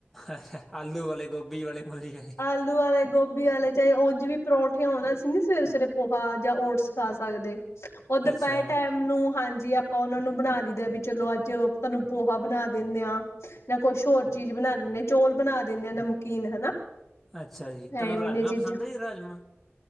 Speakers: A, in the centre; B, on the left.
A: ਅੱਛਾ ਆਲੂ ਵਾਲੇ ਗੋਭੀ ਵਾਲੇ ਮੂਲੀ ਵਾਲੇ
B: ਆਲੂ ਵਾਲੇ ਗੋਭੀ ਵਾਲੇ ਚਾਹੇ ਉਂਝ ਵੀ। ਪਰੌਂਠੇ ਹੋਣ ਅਸੀ ਨੀ ਸਵੇਰੇ ਸਵੇਰੇ ਪੋਹਾ ਜਾਂ ਓਟਸ ਖਾ ਸਕਦੇ। ਉਹ ਦੁਪਹਿਰ
A: ਅੱਛਾ
B: ਟਾਈਮ ਨੂੰ ਹਾਂਜੀ ਆਪਾਂ ਆਪਾਂ ਉਹਨਾਂ ਨੂੰ ਬਣਾ ਦਿੰਦੇ ਵੀ ਚਲੋ ਅੱਜ ਤੁਹਾਨੂੰ ਪੋਹਾ ਬਣਾ ਦਿੰਦੇ ਹਾਂ। ਜਾਂ ਕੁਛ ਹੋਰ ਚੀਜ਼ ਬਣਾ ਦਿੰਦੇ ਚੋਲ ਬਣਾ ਦਿੰਦੇ ਆ ਨਮਕੀਨ ਹਨਾ।
A: ਅੱਛਾ ਜੀ। ਤੁਹਾਨੂੰ
B: ਐਵੇਂ
A: ਰਾਜਮਾਂ
B: ਦੀਆਂ ਚੀਜ਼ਾਂ
A: ਪਸੰਦ ਹੈ ਜੀ ਰਾਜਮਾਂ।